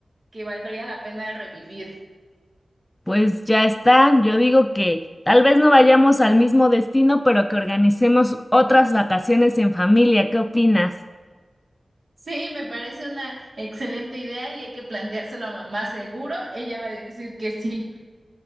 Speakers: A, on the right; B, on the left.
A: que valdría la pena revivir.
B: Pues ya está, yo digo que tal vez no vayamos al mismo destino, pero que organicemos otras vacaciones en familia, ¿qué opinas?
A: Sí, me parece una excelente idea y hay que planteárselo a mamá seguro. Ella va a decir que sí.